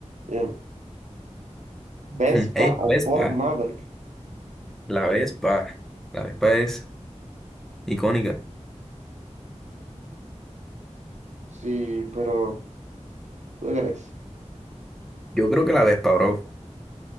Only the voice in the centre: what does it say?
<laughs> Ey, la
Vespa,
la Vespa, la Vespa es icónica.
Yo creo que la Vespa, bro.